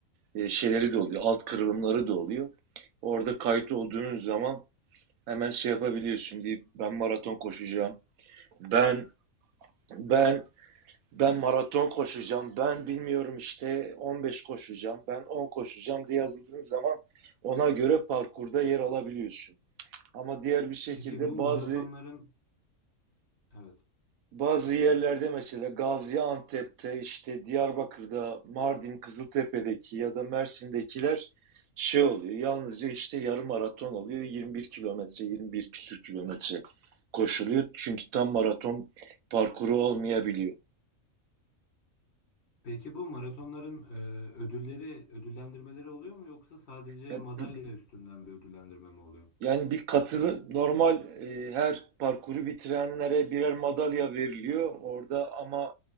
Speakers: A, on the right (about 80°); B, on the left (about 50°).
A: e, şeyleri de oluyor. Alt kırılımları da oluyor. Orada kayıt olduğunuz zaman Hemen şey yapabiliyorsun deyip ben maraton koşacağım. Ben ben ben maraton koşacağım. Ben bilmiyorum işte 15 koşacağım. Ben 10 koşacağım diye yazıldığın zaman ona göre parkurda yer alabiliyorsun. Ama diğer bir şekilde
B: Peki bu maratonların
A: bazı
B: evet.
A: Bazı yerlerde mesela Gaziantep'te, işte Diyarbakır'da, Mardin, Kızıltepe'deki ya da Mersin'dekiler şey oluyor. Yalnızca işte yarım maraton oluyor. 21 kilometre, 21 küsür kilometre koşuluyor. Çünkü tam maraton parkuru olmayabiliyor.
B: Peki bu maratonların e, ödülleri, ödüllendirmeleri oluyor mu yoksa sadece
A: Ya
B: madalya
A: bu,
B: üstünden bir ödüllendirme mi oluyor?
A: Yani bir katılı normal e, her parkuru bitirenlere birer madalya veriliyor orada ama